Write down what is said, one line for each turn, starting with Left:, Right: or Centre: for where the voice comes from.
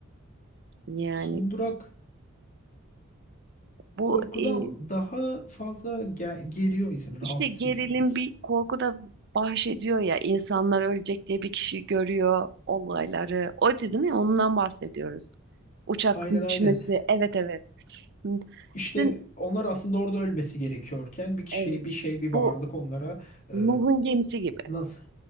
Right: Yani
Left: Son Durak
Right: bu
Left: korkudan
Right: e,
Left: daha fazla ge- geriyor insanı,
Right: işte
Left: rahatsız
Right: gerilim
Left: ediyor biraz.
Right: bir korku da bahsediyor ya insanlar ölecek diye bir kişi görüyor olayları. O değil mi? Ondan bahsediyoruz. Uçakın
Left: Aynen
Right: düşmesi.
Left: aynen.
Right: Evet evet. Hı.
Left: İşte
Right: İşte
Left: onlar aslında orada ölmesi gerekiyorken bir kişi,
Right: evet
Left: bir şey, bir
Right: bu
Left: varlık onlara e,
Right: Nuh'un gemisi gibi.
Left: nasıl